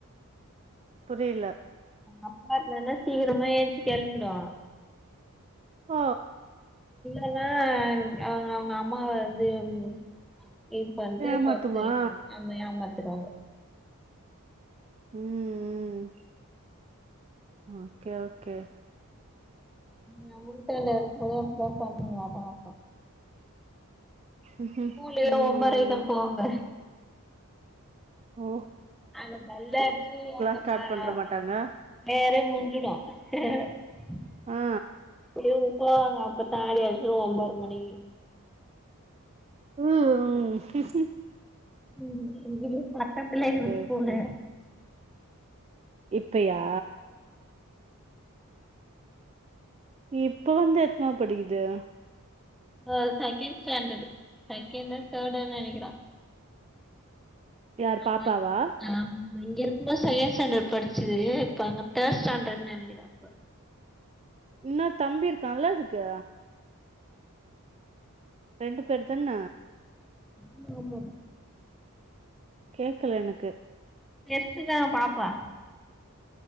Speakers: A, on the right (about 25°); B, in the centre.
A: புரியில
B: அப்பா இருந்தனா சீக்கிரமா ஏன்சி கெலமிடோ
A: ஓ
B: அ நா அவுங் அவுங்க அம்மாவ து என்ன இது பண்றத்
A: ஏமாத்துமா?
B: பத்து இவுங்களு என்ன ஏமாத்திருவாங்க
A: ம் ம் ம கே ஓகே
B: நம்முகுட்ட எல்லா இருக்கு போது அப்தா பண்ணுவா பாப்பா
A: ம்ஹ்ம்.
B: ஸ்கூலு
A: ம்.
B: ஒம்போரைக்தா போவுங்க
A: ஒ
B: அங்க பல்லர்ச்சு அங்க
A: ஸ்டார்ட்
B: ப
A: பண்ற
B: அவுங்கோ
A: மாட்டாங்க?
B: வேற ல்லுடா <unintelligible>
A: ஆ.
B: வாங்க அப்பத்தா ஆடி அஸ்சு ஒம்போர மணிகி
A: அஹ் உம்
B: ம் இதுகி பக்கத்லே இருக் கூலு
A: ஓகே. இப்பயா இப்ப வந்து எத்னாவ் படிக்கிது
B: ஆ செகேண் ஸ்டேண்டடு செகேண்டோ தேடோ நெனக்கிறா
A: யார்
B: ஆமாய்
A: பாப்பாவா?
B: ஆம் இங்க இருக்குமோ செகேண் ஸண்டர் படிச்சிது இப்ப அங்க தேர் ஸ்டாண்டர் நெனக்கிற அப்ப
A: இன்னோர் தம்பி இருக்கான்ல அதுக்கு ரெண்டு பேர் தன்ன
B: ஆமா ஆமா
A: கேக்கல எனக்கு
B: பெருசுதா பாப்பா